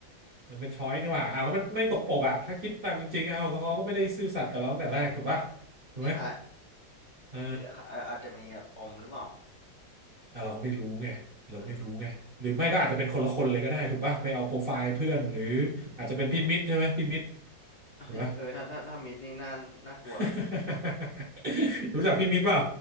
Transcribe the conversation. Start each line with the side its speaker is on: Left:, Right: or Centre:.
Right: มันเป็นช้อยนี่หว่าอ้าวก็มันไม่ตรงปกอ่ะถ้าคิดตามจริงๆเอาเขาก็ไม่ได้ซื่อสัตย์กับเราตั้งแต่แรกถูกป่ะถูกไหม
Left: ใช่
Right: เออ
Left: เฮ้ยอาอาอาจจะมีแบบปมหรือเปล่า
Right: อ่ะเราก็ไม่รู้ไงเราไม่รู้ไงหรือไม่ก็อาจจะเป็นคนละคนเลยก็ได้ถูกป่ะไปเอาโปรไฟล์เพื่อนหรือ
Left: เออ
Right: อาจจะเป็นพี่มิตรใช่ไหมพี่มิตร
Left: เอ้ยเออถ้าถ้าถ้ามิดนี่น่าน่ากลัว
Right: ถูกป่ะ <laughs> รู้จักพี่มิตรเปล่า